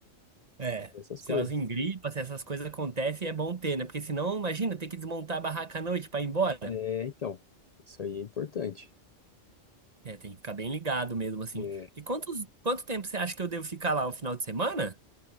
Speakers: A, on the right; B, on the left.
A: É.
B: Essas
A: Se
B: coisas.
A: elas engripam, se essas coisas acontecem, é bom ter, né? Porque senão, imagina, ter que desmontar a barraca à noite pra ir embora.
B: É, então, isso aí é importante.
A: É, tem que ficar bem ligado mesmo, assim.
B: É,
A: E quantos, quanto tempo você acha que eu devo ficar lá o final de semana?